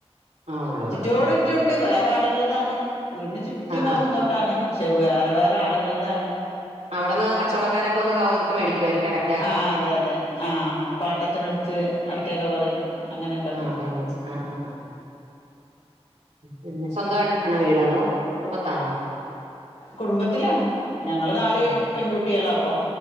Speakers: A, on the right; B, on the left.
A: ആ ഉള്ളൂ
B: ചുറ്റോട്
A: ഉള്ളൂ ഉം
B: ചുറ്റുണ്ട്
A: ഉം
B: വേറെ ആളുകൾതാണ്. വീടിന് ചുറ്റും
A: ആ
B: കവുംങ്ങുംതോട്ടാണ്
A: ആ
B: പക്ഷെ വേറെ വേറെ ആളുകൾതാണ്.
A: അവടെന്ന് കച്ചവടക്കാരൊക്കെന്ന് കവുംങ് മേടിക്കുവായിരികും അടെ.
B: ആഹ്‌ അതെ അതെ ആഹ്‌ പാട്ടത്തിനെടുത്ത് അടക്കൊക്കെ പറിം അങ്ങനക്കണ്ട്.
A: ആ അതാ ഞാൻ ചോദിച്ചെ ആ ആ ആ പിന്നെ സ്വന്തായിട്ടാണോ വീട് അതോ കുടുംബത്താണോ?
B: കുടുംബത്തിലാണ് ഞങ്ങള് നാല്
A: ആ
B: പെൺകുട്ട്യാളാ അപ്പൊ